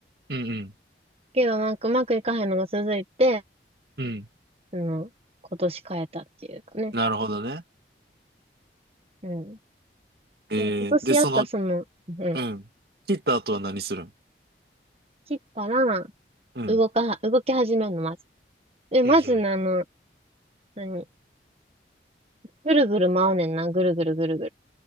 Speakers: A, on the right (about 65°); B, on the right (about 35°).
A: うん
B: けどなんかうまくいかへんのが続いて、
A: うん。うん。
B: その、今年変えたっていうかね。
A: なるほどね。
B: うん。
A: えーで、
B: 今年やったその、
A: その、
B: うん。
A: うん。切った後は何するん
B: 切ったら、
A: うん。
B: 動かは、動き始めるの、まず。で、まずね、
A: うんうん。
B: あの、何ぐるぐる回うねんな、ぐるぐるぐるぐる。